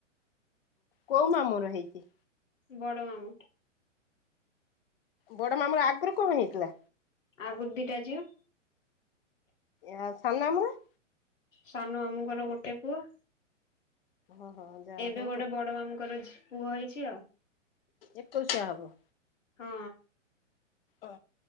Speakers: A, on the left; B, on the left.
A: କୋଉ ମାମୁର ହେଇଛି?
B: ବଡ଼ ମାମୁ।
A: ବଡ ମାମର ଆଗରୁ କଣ ହେଇଥିଲା
B: ଆଗରୁ ଦିଟା ଝିଅ
A: ଆଉ ସାନ ମାମୁଁ ର
B: ସାନ ମାମୁଙ୍କର ଗୋଟେ ପୁଅ।
A: ଓହୋ ଯାହା
B: ଏବେ
A: ହଉ
B: ଗୋଟେ ବଡ ମାମୁଙ୍କର ଝ୍ ପୁଅ ହେଇଛି ଆଉ।
A: ଏକୋଇସିଆ ହବ।
B: ହଁ।
A: ଓ